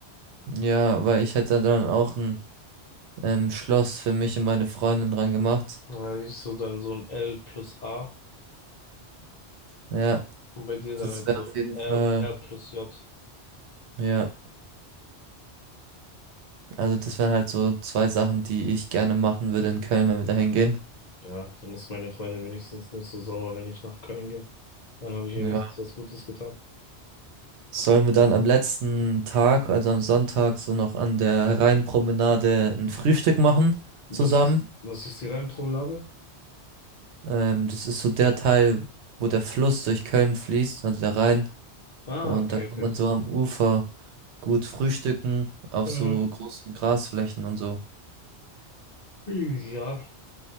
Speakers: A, on the right; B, on the left.
A: Ja, weil ich hätte dann auch ein ähm, Schloss für mich und meine Freundin dran gemacht.
B: Äh, ich so dann so ein L plus A
A: Ja,
B: und bei dir dann
A: das
B: halt
A: wäre
B: so
A: auf jeden
B: R,
A: Fall,
B: R plus J.
A: ja. Also das wären halt so zwei Sachen, die ich gerne machen würde in Köln, wenn wir da hingehen.
B: Ja, dann ist meine Freundin wenigstens nicht so sauer, wenn ich nach Köln gehe. Dann habe ich wenigstens
A: Ja.
B: was Gutes getan.
A: Sollen wir dann am letzten Tag, also am Sonntag, so noch an der Rheinpromenade ein Frühstück machen
B: Was
A: zusammen?
B: ist, was ist die Leimpromenade?
A: Ähm, das ist so der Teil, wo der Fluss durch Köln fließt, also der Rhein.
B: Ah,
A: Und
B: okay,
A: da kann
B: okay,
A: man
B: okay.
A: so am Ufer gut frühstücken, auf
B: Äh,
A: so großen Grasflächen und so.
B: ja,